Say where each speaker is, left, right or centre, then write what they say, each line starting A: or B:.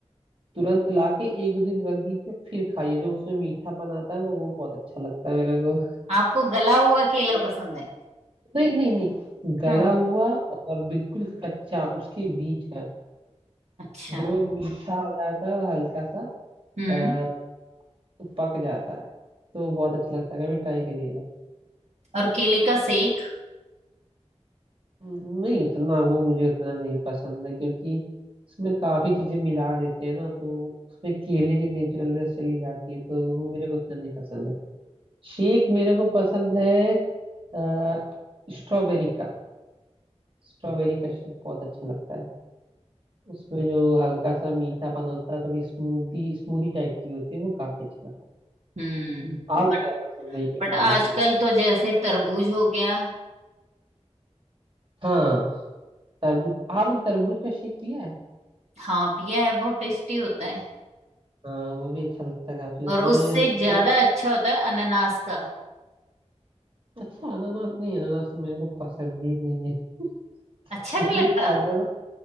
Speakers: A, on the right; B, on the right.
A: तुरंत लाके एक दो दिन रख दीजिए फिर खाइए जो उसमें मीठापन आता है ना वो बहुत अच्छा लगता है मेरे को
B: आपको गला हुआ केला पसंद है
A: नहीं नहीं नहीं गला
B: हम्म
A: हुआ और बिल्कुल कच्चा उसके बीच का
B: अच्छा
A: जब वो मीठा हो जाता है और हल्का सा
B: हम्म
A: अ, पक जाता है तो बहुत अच्छा लगता है कभी ट्राई करिएगा
B: और केले का सेक
A: हम्म, नहीं उतना वो मुझे उतना नहीं पसंद है क्योंकि उसमें काफी चीजें मिला देते हैं ना तो उसमें केले की नेचुरलनेस चली जाती है तो वो मेरे को उतना नहीं पसंद है शेक मेरे को पसंद है अ, स्ट्रॉबेरी का स्ट्रॉबेरी का शेक बहुत अच्छा लगता है उसमें जो हल्का सा मीठापन होता है थोड़ी स्मूदी स्मूदी टाइप की होती है वो काफी अच्छा लगता
B: हम्म
A: है आपको
B: बट
A: क्या पसंद नहीं है ये बताइए?
B: बट आजकल तो जैसे तरबूज हो गया
A: हाँ तरबूज आपने तरबूज का शेक पिया है
B: हाँ पिया है बहुत टेस्टी होता है
A: हाँ वो भी अच्छा लगता है काफी
B: और
A: उसमें
B: उससे ज्यादा
A: क्या
B: अच्छा होता है अनानास का
A: अच्छा अनानास नहीं अनानास तो मेरे को पसंद ही नहीं है
B: अच्छा
A: <laughs>
B: नहीं
A: एक
B: लगता
A: अनानास